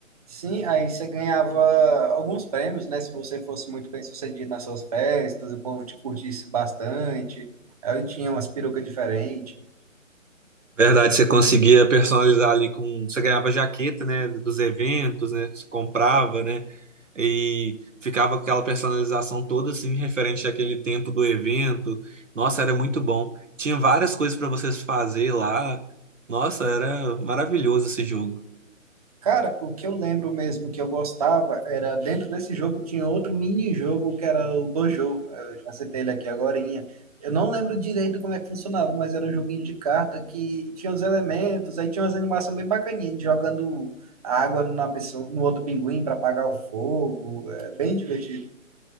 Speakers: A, on the right; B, on the right.
A: Sim, aí você ganhava alguns prêmios, né? Se você fosse muito bem sucedido nas suas festas, o povo te curtisse bastante. Aí eu tinha umas perucas diferentes.
B: Verdade, você conseguia personalizar ali com. Você ganhava jaqueta, né? Dos eventos, né? Você comprava, né? E ficava aquela personalização toda assim, referente àquele tempo do evento. Nossa, era muito bom. Tinha várias coisas para vocês fazer lá. Nossa, era maravilhoso esse jogo.
A: Cara, o que eu lembro mesmo que eu gostava era dentro desse jogo tinha outro mini-jogo que era o Dojo. Eu já citei ele aqui agorinha. Eu não lembro direito como é que funcionava, mas era um joguinho de carta que tinha os elementos, aí tinha umas animações bem bacaninhas, de jogando água na pessoa, no outro pinguim para apagar o fogo. É bem divertido.